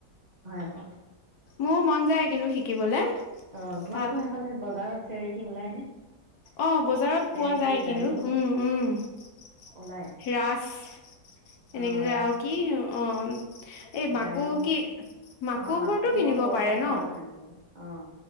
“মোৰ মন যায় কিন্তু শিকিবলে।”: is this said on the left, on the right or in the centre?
Left